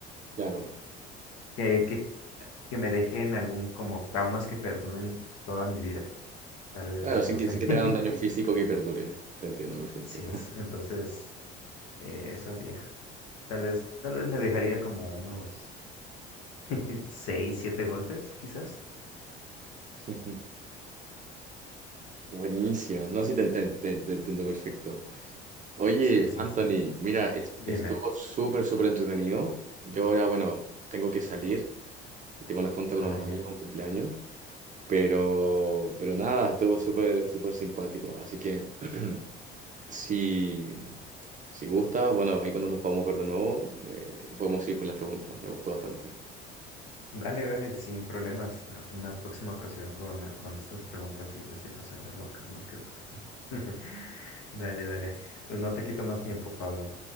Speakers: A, on the right; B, on the left.
A: Claro,
B: ¿Qué, que que que me dejen algún como traumas que perduren toda mi vida. Tal vez,
A: claro, sin
B: no sé.
A: que, sin que
B: <laughs>
A: te hagan un daño físico que perdure. Te entiendo perfecto.
B: Así es. Entonces, eh, eso haría. Tal vez, tal vez me dejaría como unos <laughs> seis, siete golpes, quizás.
A: <laughs> Buenísimo, no, sí te, enten- te- te entiendo perfecto. Oye,
B: Sí, sí,
A: Anthony,
B: sí.
A: mira, est-
B: Dime.
A: estuvo súper, súper entretenido. Yo ahora, bueno, tengo que salir. Tengo una junta con
B: Ah,
A: unos
B: ya.
A: amigos, un cumpleaños. Pero, pero nada, estuvo súper, súper simpático. Así que, <clears throat> si, si gusta, bueno, ahí cuando nos podamos ver de nuevo, eh, podemos ir con las preguntas. Me gustó bastante.
B: Dale, dale, sin problemas. Ah, Una próxima ocasión con, eh, con estas preguntas y las situaciones locas, ¿no? Que ofrecen. <laughs> Dale, dale. Pues no te quito más tiempo, Pablo.